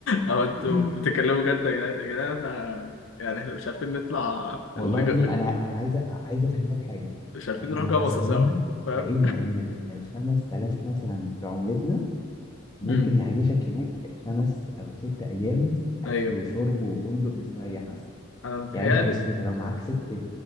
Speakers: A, on the left (about 70°); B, on the left (about 20°).
A: اه انتوا
B: <laughs>
A: بتتكلموا جد يا جدعان يا جدعان احنا يعني احنا مش عارفين نطلع
B: والله
A: اللي
B: يا
A: ج...
B: ابني انا انا عايز أ- عايز افهمك حاجه
A: مش عارفين
B: احنا
A: نروح
B: لما
A: جمصة
B: حسبناها
A: سوا فاهم
B: لقينا ان ال- ان ال 5000 مثلا بعملتنا ممكن
A: امم
B: يعيشك هناك خمس او ست ايام اكل
A: ايوه
B: وشرب وفندق مستريح مثلا
A: انا متهيألي
B: يعني انت بص انت لو معاك سكه